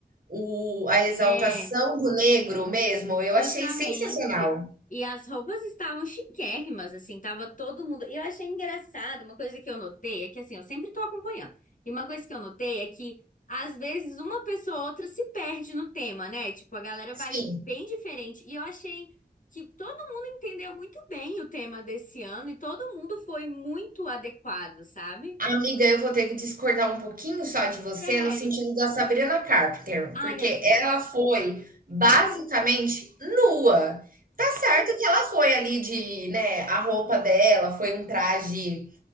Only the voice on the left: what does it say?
É.
Justamente.
E as roupas estavam chiquérrimas, assim, tava todo mundo. E eu achei engraçado, uma coisa que eu notei é que, assim, eu sempre tô acompanhando. E uma coisa que eu notei é que, às vezes, uma pessoa ou outra se perde no tema, né? Tipo, a galera
vai bem diferente. E eu achei que todo mundo entendeu muito bem o tema desse ano e todo mundo foi muito adequado, sabe?
Sério.
Ai,
é verdade.